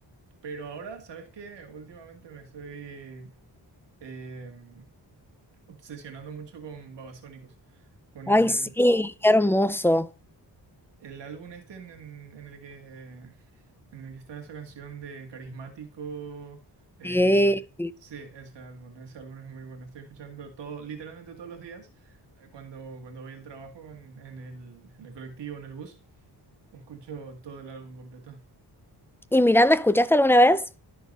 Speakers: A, on the right (about 80°); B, in the centre.
A: Pero ahora, ¿sabes qué? Últimamente me estoy em, obsesionando mucho con Babasónicos, con
B: Ay,
A: el,
B: sí, qué hermoso.
A: El álbum este en, en- en el que, en el que está esa canción de Carismático. eh,
B: Sí.
A: sí, ese álbum, ese álbum es muy bueno. Estoy escuchando todo, literalmente todos los días, eh, cuando, cuando voy al trabajo en, en el, en el colectivo, en el bus, escucho todo el álbum completo.
B: ¿Y Miranda, escuchaste alguna vez?